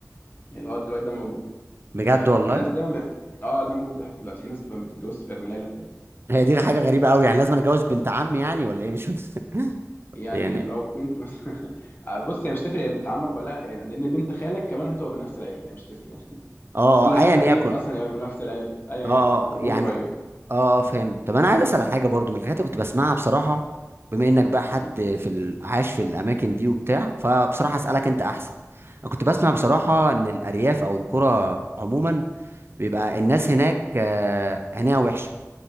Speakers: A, on the left; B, on the right.
A: يعني لغاية دلوقتي ده موجود
B: بجد
A: آه،
B: والله
A: في ناس ده ب... اه ده موجود لحد دلوقتي في ناس ما بتتجوزش غير من العيلة بتاعتها
B: هي دي حاجه غريبه قوي يعني لازم أنا اتجوز بنت عمي يعني ولا ايه مش <laughs> فاهم.
A: يعني
B: يعني
A: او بنت مثلا <laughs> آه، بص هي مش تفرق يا بنت عمك ولا يعني لان بنت خالك كمان هتبقى من نفس العيلة يعني مش تفرق يعني <laughs>
B: اه
A: كل
B: آه،
A: حد
B: ايا
A: قريبك
B: يكن
A: اصلا هيبقى من نفس العيلة <laughs> ايا
B: اه آه،
A: يكن هو كلهم
B: يعني
A: قريبك يعني
B: اه اه فهمت طب انا عايز اسال على حاجه برضو من الحاجات اللي كنت بسمعها بصراحه بما انك بقى حد
A: امم
B: في ال... عايش في الاماكن دي وبتاع فبصراحه اسالك انت احسن انا كنت بسمع بصراحه
A: قول.
B: ان الارياف او القرى عموما بيبقى الناس هناك آه، عينيها وحشه